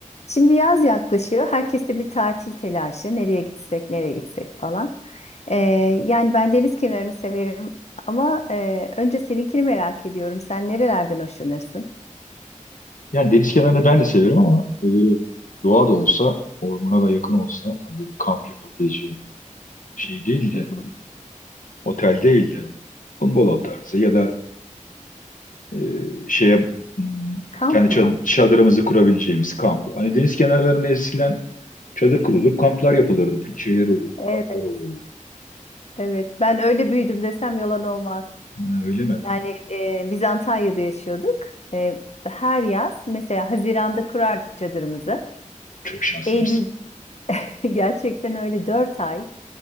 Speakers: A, on the left (about 55°); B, on the left (about 75°).
A: Şimdi yaz yaklaşıyor. Herkeste bir tatil telaşı. Nereye gitsek, nereye gitsek falan. Ee, yani ben deniz kenarını severim ama e, önce seninkini merak ediyorum. Sen nerelerden hoşlanırsın?
B: Yani deniz kenarını ben de severim ama böyle doğa da olsa, ormana da yakın olsa hani böyle kamp yapabileceğim şey değil
A: Hı
B: de,
A: hı.
B: otel değil de bungalov tarzı ya da e, şeye hmm,
A: Kamp
B: kendi
A: mı?
B: ça- çadırımızı kurabileceğimiz kamp. Hani deniz kenarlarında eskiden çadır kurulur, kamplar yapılırdı, bir şeyler olurdu,
A: Evet,
B: kamplar olurdu.
A: evet. Ben öyle büyüdüm desem yalan olmaz.
B: Yani öyle mi?
A: Yani e, biz Antalya'da yaşıyorduk. E, her yaz mesela Haziran'da kurardık çadırımızı.
B: Çok şanslıymışsın.
A: Eylül <laughs> gerçekten öyle dört ay